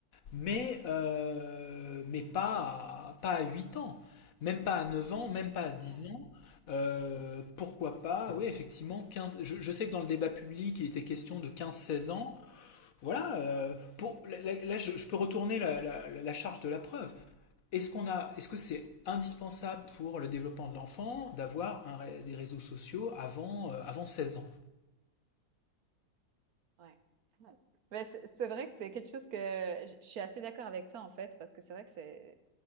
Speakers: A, on the left; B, on the right.
A: mais, euh, mais pas, à, pas à 8 ans, même pas à 9 ans, même pas à dix
B: Ouais.
A: ans. Euh, pourquoi pas, oui, effectivement, 15. je, je sais que dans le débat public, il était question de quinze, seize ans. Voilà, euh, pour, là, là, je, je peux retourner la, la- la charge de la preuve. Est-ce qu'on a, est-ce que c'est indispensable pour le développement de l'enfant d'avoir un ré- des réseaux sociaux avant, euh, avant seize ans?
B: Ouais. Ouais. Mais c'est c'est vrai que c'est quelque chose que je je suis assez d'accord avec toi en fait parce que c'est vrai que c'est